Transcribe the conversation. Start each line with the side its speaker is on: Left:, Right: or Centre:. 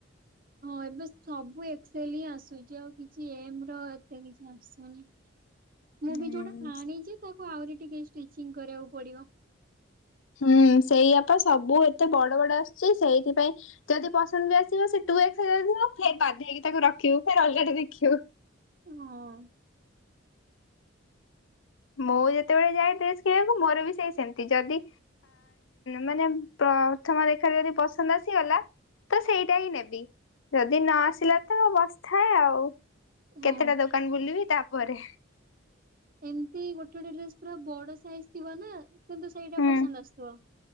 Right: ହଁ ଏବେ ସବୁ ଆସୁଛି ଆଉ କିଛି ଏମ ଏତେ କିଛି ଆସୁନି। ମୁଁ
Left: ହୁଁ
Right: ବି ଯୋଉଟା ଖାଣିଛି ତାକୁ। ଆହୁରି ଟିକେ ଷ୍ଟିଚିଂ କରିବାକୁ ପଡିବ।
Left: ହୁଁ ସେଇଆତ ସବୁ ଏତେ ବଡ ବଡ ଆସୁଛି। ସେଇଥିପାଇଁ ଯଦି ପସନ୍ଦ ବି ଆସିବ ସେ <unintelligible> ବାଧ ହେଇକି ତାକୁ ରଖିବୁ। ପୁଣି ଅଲଗା ଟେ ଦେଖିବୁ।
Right: ହଁ।
Left: ମୁଁ ଯେତେବେଳେ ଯାଏ ଡ୍ରେସ କିଣିବାକୁ ମୋର ବି ସେଇ ସେମତି। ଯଦି ମାନେ ପ୍ରଥମ ଦେଖାରେ ଯଦି ପସନ୍ଦ ଆସିଗଲା ତ ସେଇଟା ହିଁ ନେବି। ଯଦି ନ ଆସିଲା ତ ବସିଥାଏ ଆଉ।
Right: ହଁ
Left: କେତେଟା ଦୋକାନ ବୁଲିବି ତାପରେ।
Right: ଏମତି ଗୋଟେ ଗୋଟେ ଡ୍ରେସ ପୁରା ବଡ ସାଇଜ ଥିବ ନା। କିନ୍ତୁ ସେଇଟା
Left: ହୁଁ
Right: ପସନ୍ଦ ଆସୁଥିବ